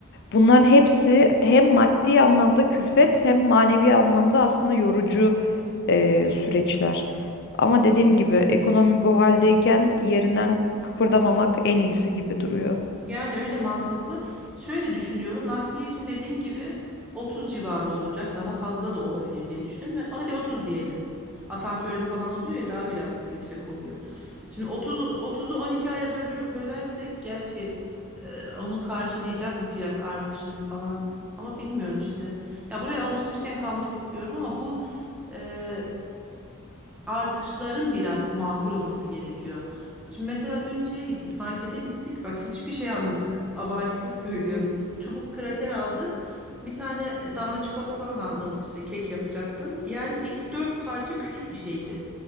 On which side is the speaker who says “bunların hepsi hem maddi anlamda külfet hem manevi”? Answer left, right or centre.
Left